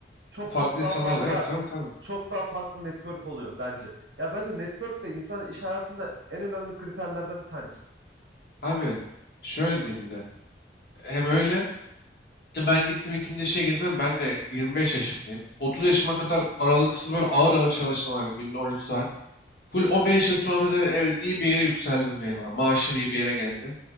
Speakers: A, on the right (about 75°); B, on the left (about 60°).
A: çok
B: Farklı
A: çok
B: insanlarla.
A: daha fazla
B: Evet tabii tabii.
A: çok daha farklı network oluyor bence. Ya bence network de insanın iş hayatında en önemli kriterlerden bir tanesi.
B: Abi şöyle diyeyim bir de. Hem öyle e, ben gittim ikinci işe girdim. Ben de 25 yaşındayım. 30 yaşıma kadar aralıksız böyle ağır ağır çalıştım abi. Günde 13 saat. Full o
A: Evet.
B: 5 yıl sonra da evet iyi bir yere yükseldim diyelim abi. Maaşım iyi bir yere geldi.